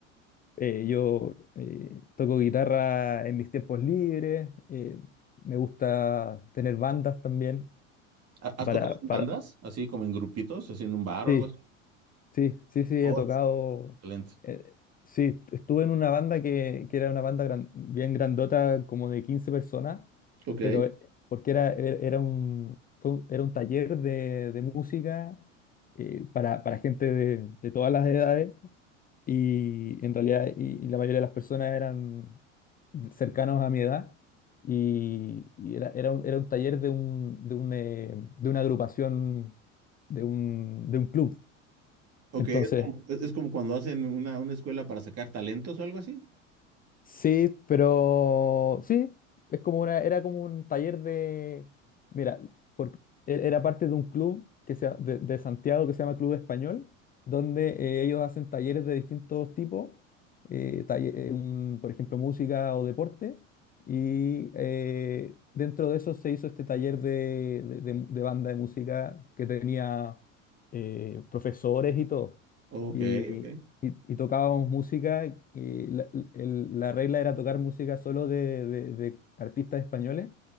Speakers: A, on the left; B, on the right.
A: Eh, yo eh, toco guitarra en mis tiempos libres, eh, me gusta tener bandas también
B: ¿Ha- ¿Has
A: para,
B: tocado en
A: para...
B: bandas, así como en grupitos, así en un bar
A: Sí,
B: o algo así?
A: Sí, sí, sí, he
B: Oh,
A: tocado.
B: excelente.
A: eh, sí, est- estuve en una banda que, que era una banda gran- bien grandota, como de 15 personas,
B: ok.
A: pero eh, porque era, e- era un, fue un- era un taller de, de música eh, para, para gente de, de todas las edades y en realidad y, y la mayoría de las personas eran de- cercanos a mi edad y, y era, era un, era un taller de, un, de, un, eh, de una agrupación, de un, de un club.
B: Ok,
A: Entonces...
B: es como, es es como cuando hacen una, una escuela para sacar talentos o algo así.
A: Sí, pero sí, es como una, era como un taller de, mira, porque e- era parte de un club que se, ha- de, de Santiago que se llama Club Español, donde eh, ellos hacen talleres de distintos tipos, eh, talle- eh, un- por ejemplo, música o deporte, y eh, dentro de eso se hizo este taller de, de- de- de banda de música que tenía eh, profesores y todo
B: Ok,
A: y,
B: ok.
A: y- y tocábamos música. Y la, el- la regla era tocar música solo de, de- de artistas españoles.